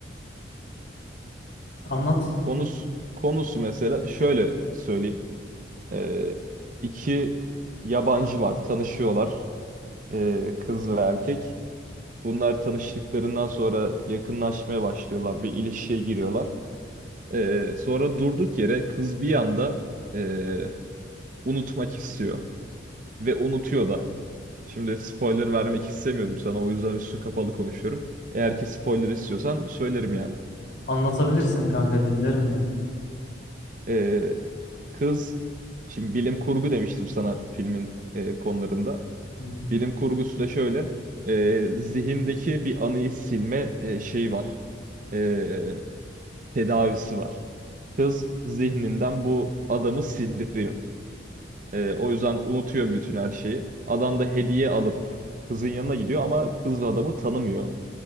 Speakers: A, on the left; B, on the right.
A: Anlat.
B: Konusu, konusu mesela şöyle söyleyeyim. Ee, iki yabancı var, tanışıyorlar. Ee, kız ve erkek. Bunlar tanıştıklarından sonra yakınlaşmaya başlıyorlar, bir ilişkiye giriyorlar. Ee, sonra durduk yere kız bir anda ee, unutmak istiyor ve unutuyor da. Şimdi spoiler vermek istemiyorum sana, o yüzden üstü kapalı konuşuyorum. Eğer ki spoiler istiyorsan söylerim yani.
A: Anlatabilirsin kanka dinlerim ben.
B: Ee, kız, şimdi bilim kurgu demiştim sana filmin e, konularında.
A: Hı hı.
B: Bilim kurgusu da şöyle, e, zihindeki bir anıyı silme e, şeyi var, e, tedavisi var. Kız zihninden bu adamı sildiriyor. E, o yüzden unutuyor bütün her şeyi. Adam da hediye alıp kızın yanına gidiyor ama kız da adamı tanımıyor.